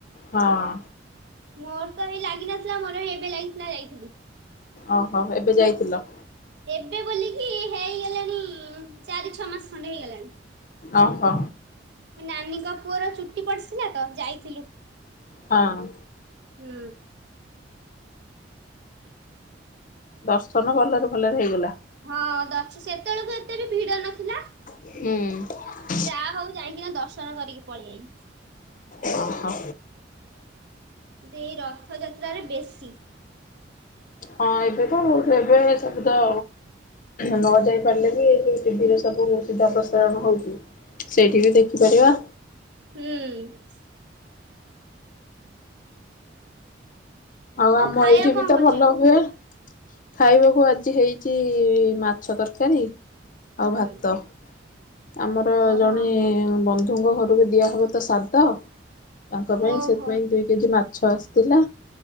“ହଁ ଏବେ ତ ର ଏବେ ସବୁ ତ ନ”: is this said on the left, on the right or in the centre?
Left